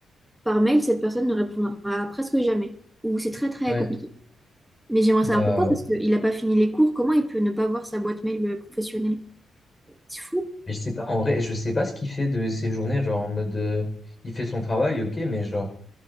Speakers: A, in the centre; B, on the left.
A: par mail, cette personne ne répondra presque jamais, ou c'est très très
B: Ouais.
A: compliqué. Mais j'aimerais
B: Bah,
A: savoir pourquoi, parce qu'il n'a pas fini les cours, comment il peut ne pas voir sa boîte mail professionnelle? C'est fou.
B: mais je sais pas, en vrai, je sais pas ce qu'il fait de ses journées. Genre, en mode, euh, il fait son travail, ok, mais genre,